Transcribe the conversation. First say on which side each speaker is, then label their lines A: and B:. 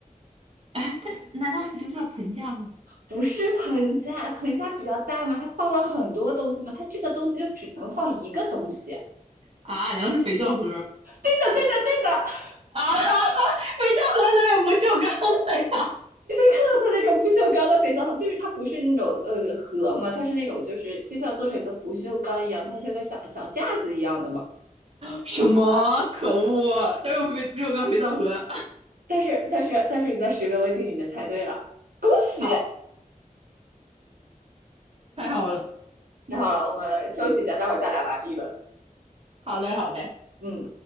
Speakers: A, on the right; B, on the right.
A: 哎，它难道它不就叫盆架吗？
B: 不是盆架，盆架比较大嘛，它放了很多东西嘛，它这个东西就只能放一个东西。
A: 啊，难道是肥皂盒？
B: 对的，对的，对的，<laughs>
A: 啊，<laughs> 肥皂盒哪有不锈钢的呀？
B: 看到过那种不锈钢的肥皂盒，就是它不是那种呃盒嘛，它是那种就是就像做成一个不锈钢一样，它像个小小架子一样的嘛。
A: 什么？可恶，哪有肥不锈钢肥皂盒？
B: 但是但是但是你在十个问题里面猜对了，恭喜！
A: <laughs> 好，太好了，
B: 太好了，我们休息一下，待会儿再来玩一轮。
A: 好嘞，好嘞。
B: 嗯。